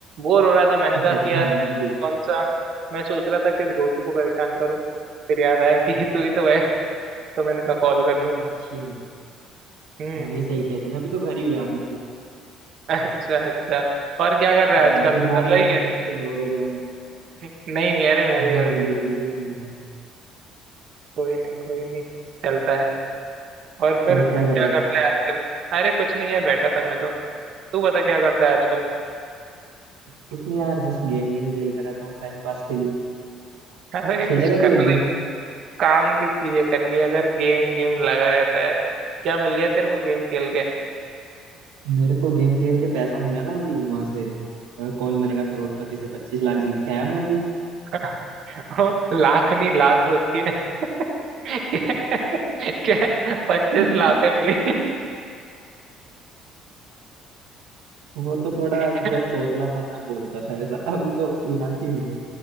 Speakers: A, on the right; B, on the right.
A: बोर हो रहा था मैंने
B: अच्छा
A: कहा
B: अच्छा
A: कि यार
B: हाँ मैं भी
A: कौन सा मैं सोच रहा था किस गोचू को परेशान करूँ फिर याद आया कि <laughs> तू ही तो है तो मैंने कहा कॉल कर लूँ
B: अच्छा
A: हम्म
B: हाँ ये सही किया तूने अभी तो घर ही हूँ यार मैं फिर
A: अच्छा अच्छा और क्या कर रहा
B: हाँ
A: है आजकल
B: तू
A: नल्ला
B: बाहर है तो
A: ही
B: बता
A: है
B: मैं कहीं और हो जाऊंगा
A: <laughs> नहीं नहीं अरे मैं
B: हाँ
A: भी घर
B: भाई
A: पे ही
B: लल्ला ही हूँ यार
A: कोई नहीं कोई नहीं चलता है और फिर
B: और क्या कर
A: क्या
B: रहा
A: करता
B: था
A: है आजकल अरे कुछ नहीं है बैठा था मैं तो तू बता क्या करता है आजकल
B: कुछ नहीं यार बस गेम वेम खेलता रहता हूँ टाइम पास के लिए
A: <laughs> अरे
B: खेलेगा
A: कुछ कर
B: तू एक गेम
A: ले काम की चीजें कर लिया अगर गेम गेम लगा रहता है क्या मिल गया तेरे को गेम खेल के
B: मेरे को गेम खेल के पैसा मिला ना अभी वहां से अ, कौन बनेगा करोड़पति से पच्चीस लाख जीत के आया मैं अभी
A: <laughs> वो लाखनी लात होती है <laughs> क्या क्या? पच्चीस
B: <laughs>
A: लातें मिली
B: वो तो थोड़ा
A: <laughs>
B: जब तोतला था तब बोलता था ऐसा अभी तो लाख ही मिले